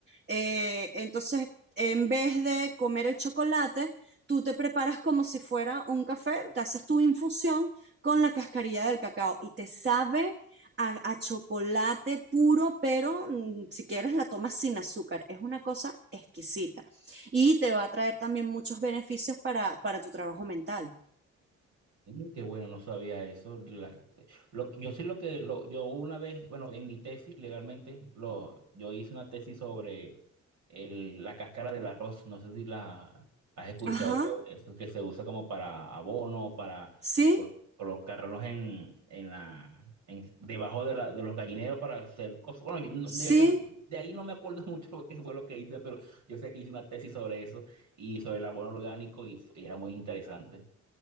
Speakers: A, on the right (about 35°); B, on the right (about 70°).
A: Eh, entonces, en vez de comer el chocolate, tú te preparas como si fuera un café, te haces tu infusión con la cascarilla del cacao y te sabe a, a chocolate puro, pero mm, si quieres la tomas sin azúcar. Es una cosa exquisita y te va a traer también muchos beneficios para, para tu trabajo mental.
B: Mm, Qué bueno, no sabía eso. La- lo- yo sí lo que, lo, yo una vez, bueno, en mi tesis legalmente, lo, yo hice una tesis sobre el, la cáscara del arroz, no sé si la has escuchado
A: Ajá.
B: sobre eso, que se usa como para abono, para
A: Sí,
B: col- colocarlos en, en la, en- debajo de, la, de los gallineros para hacer cosas. Bueno, yo no-
A: sí,
B: de, de ahí no me acuerdo <laughs> mucho lo que fue lo que hice, pero yo sé que hice una tesis sobre eso y sobre el abono orgánico y fu- era muy interesante.